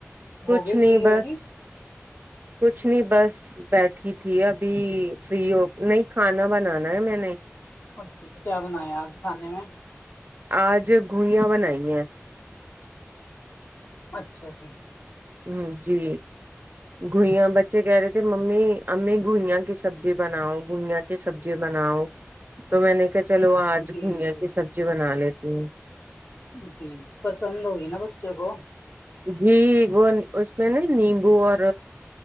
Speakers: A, on the left; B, on the right.
A: ہوگی
B: کچھ نہیں
A: فری ہوگی
B: بس کچھ نہیں بس بیٹھی تھی ابھی فری ہو نہیں کھانا بنانا ہے میں نے
A: اچھا اچھا کیا بنایا آج کھانے میں
B: آج گوئیاں بنائی ہیں
A: اچھا جی
B: ہمم جی گوئیاں بچے کہہ رہے تھ ممی امی گوئیاں کی سبزی بناؤ گوئیاں کی سبزی بناؤ تو میں نے کہا چلو آج
A: جی
B: گوئیاں
A: جی
B: کی سبزی بنا لے تے ہے
A: جی پسند ہوگی نا بچوں کو
B: جی وہ اس میں نہیں نیمبو اور